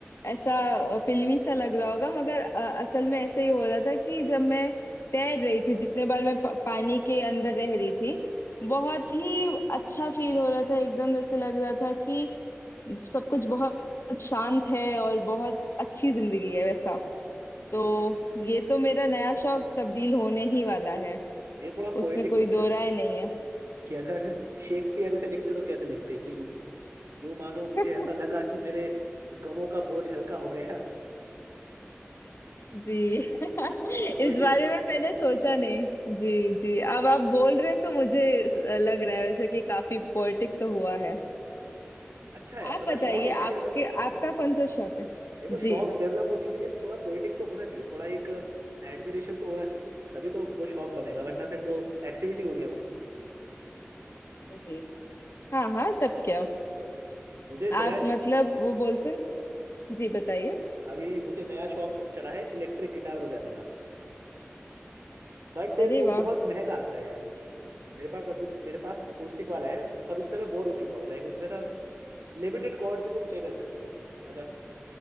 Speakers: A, on the left; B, on the right.
A: ऐसा अ, फिल्मी सा लग रहा होगा मगर अ, असल में ऐसे ही हो रहा था कि जब मैं तैर रही थी जितने बार मैं प- पानी के अंदर रह रही थी बहुत ही अच्छा फील हो रहा था एकदम जैसे लग रहा था कि सब कुछ बहुत शांत है और बहुत अच्छी जिंदगी है वैसा तो
B: ठीक है।
A: ये तो मेरा नया शौक तब्दील होने ही वाला है
B: ये थोड़ा पोएटिक
A: उसमें कोई
B: हो गया
A: दो राय नहीं है
B: कि अगर शेक्सपियर इसे लिखते तो कैसे लिखते कि यूं मानो मुझे
A: <laughs>
B: ऐसा लगा कि मेरे गमों का बोझ हल्का हो गया
A: जी <laughs>
B: <laughs> ये थोड़ा पोएटिक
A: इस बारे
B: हो गया
A: में मैंने सोचा नहीं जी जी अब आप बोल रहे हैं तो मुझे अ, लग रहा है वैसे कि काफी पोएटिक तो हुआ है
B: अच्छा है
A: आप
B: पता
A: बताइए
B: शौक ऐसे
A: आपके
B: डेवलप होते हैं
A: आपका कौन सा शौक है
B: देखो
A: जी
B: शौक डेवलप होने के लिए थोड़ा पोएटिक तो होना चाहिए थोड़ा एक एडमिरेशन तो होना चाहिए तभी तो वो शौक बनेगा वरना फिर तो एक्टिविटी हो गया वो
A: जी हाँ हाँ तब क्या
B: मुझे दया
A: आप मतलब वो बोलते हैं जी बताइए
B: अभी मुझे नया शौक चढ़ा है इलेक्ट्रिक गिटार बजाने का बट
A: अरे
B: वो
A: वाह
B: बहुत महंगा आता है यार मेरे पास अकू- मेरे पास अकूस्टिक वाला है पर उससे मैं बोर हो चुका हूँ लाइक उसमें ना लिमिटेड कॉर्ड से तुम प्ले कर सकते हो मतलब